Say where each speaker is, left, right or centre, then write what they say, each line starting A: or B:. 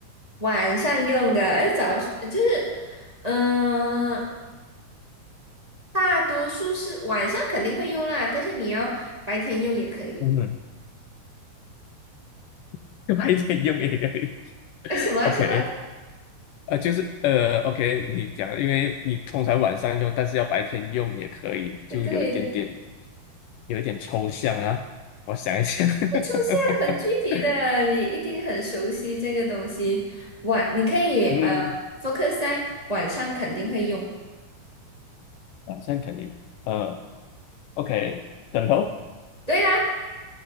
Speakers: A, on the right; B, on the left.
A: 晚上用的，哎，早就是，嗯、大多数是晚上肯定会用啦，但是你要白天用也可以。
B: 嗯，<laughs> 白天用也可以。
A: 哎，什么什么？
B: OK，呃，就是呃，OK，你讲，因为你通常晚上用，但是要白天用也可以，
A: 对对。
B: 就有一点点，有一点抽象啊。我想一想，
A: 不出现很具体的，
B: <laughs>
A: 你一定很熟悉这个东西。晚，你可以呃
B: 嗯，
A: focus 在晚上肯定会用。
B: 晚上肯定，呃，OK，枕头，
A: 对啦，